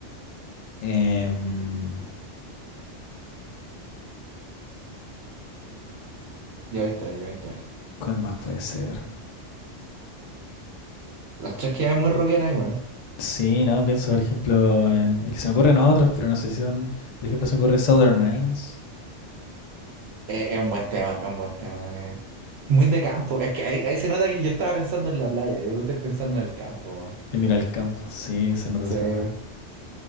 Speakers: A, on the left; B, on the right.
A: Em,
B: Yo hay tres, yo hay tres.
A: ¿Cuál más puede ser?
B: Las tres quedan muy rockeras igual.
A: Sí, no, pienso, por ejemplo, en. Es que se me ocurren otros, pero no sé si son. Por ejemplo, se me ocurre Southern Nines.
B: Es, es un buen tema, es un buen tema. eh. Muy de campo. Es que ahí, ahí se nota que yo estaba pensando en la playa, yo no estoy pensando en el campo, weón.
A: En ir al campo. Sí, se nota,
B: Sí.
A: se nota.